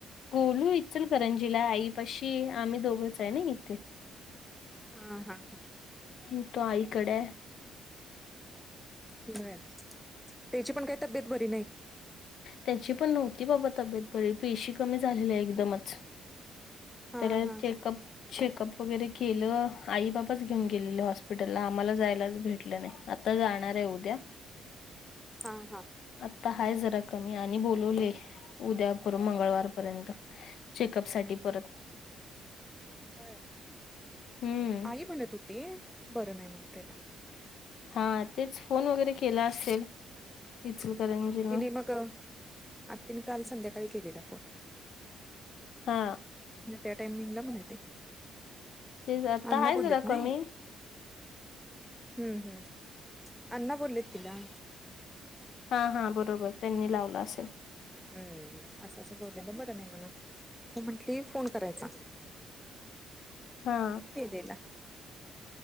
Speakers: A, on the left; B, in the centre.
A: गोलू इचलकरंजीला आई पाशी आम्ही दोघंच आहे ना इथे.
B: हा हा हा
A: हुं तो आईकडे.
B: बरं त्याची पण काई तब्येत बरी नाई.
A: त्याची पण नव्हती बाबा तब्येत बरी पेशी कमी झालेल्या एकदमच.
B: हा
A: तर
B: हा
A: चेकअप चेकअप वगैरे केलं आई बाब् बाबाच घेऊन गेलेले हॉस्पिटलला आम्हाला जायलाच भेटलं नाई आता जाणारे उद्या.
B: हा हा.
A: आता हाय जरा कमी आणि बोलवले उद्या पर मंगळवार पर्यंत. चेकअप साठी परत.
B: बर
A: हम्म
B: आई म्हणत होती बरं नाई म्हण त्याला.
A: हां तेच फोन वगैरे केला असेल इचूलकरंजीनं.
B: मग. आत्ती नि काल संध्याकाळी केलेला फोन.
A: हा.
B: त्या टाइमिंगला म्हणे ते.
A: तेच आता
B: अण्णा
A: आहे
B: बोल्लेत
A: जरा
B: नाई.
A: कमी
B: हम्म हम्म अण्णा बोललेत तिला.
A: हां हां बरोबर त्यांनी लावला असेल.
B: हम्म असं असं बोललेलं बरं नई म्हणून, म म्हटली फोन करायचा.
A: हा.
B: केलेला.